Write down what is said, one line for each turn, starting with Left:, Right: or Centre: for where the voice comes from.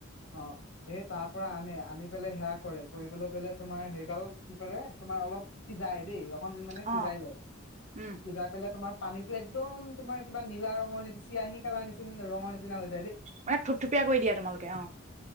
Left: অ সেই তাৰ পৰা আনে, আনি পেলাই সেৱা কৰে, কৰিবলৈ পেললে তোমাৰ সেইগাল কি কৰে তোমাৰ অলপ সি যাই দেই, ৰ মন মানে
Right: অঁ
Left: সিজাই লয।
Right: উম
Left: সিজাই পেলাই তোমাৰ পানীতো একদম তোমাৰ কিবা নীলা ৰঙৰ নিচি, চিয়াহী কালাৰ নিচিনা ৰঙৰ নিচিনা হৈছে
Right: মানে থুপথুপিয়ীকৰি দিয়া তোমালোকে? অ।